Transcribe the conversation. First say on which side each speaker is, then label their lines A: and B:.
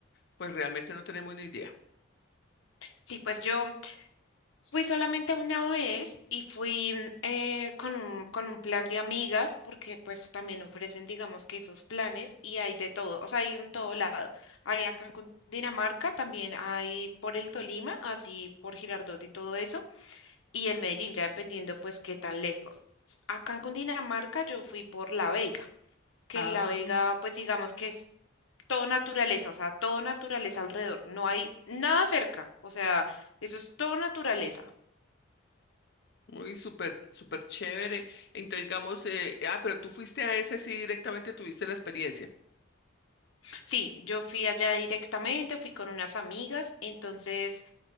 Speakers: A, on the left (about 55°); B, on the left (about 75°).
A: pues realmente no tenemos ni idea.
B: Sí, pues yo fui solamente una vez y fui mm, eh, con un, con un plan de amigas porque pues también ofrecen digamos que esos planes y hay de todo, o sea, hay en todo lado. Hay acá en Dinamarca, también hay por el Tolima, así por Girardot y todo eso. y en Medellín, ya dependiendo pues qué tan lejos. Acá en Cundinamarca yo fui por La Vega, que
A: Ah,
B: en La Vega pues digamos que es todo naturaleza, o sea, todo naturaleza alrededor, no hay nada cerca, o sea, eso es todo naturaleza.
A: muy súper, súper chévere. Entonces digamos, eh, ah, pero tú fuiste a ese, sí directamente tuviste la experiencia.
B: Sí, yo fui allá directamente, fui con unas amigas, entonces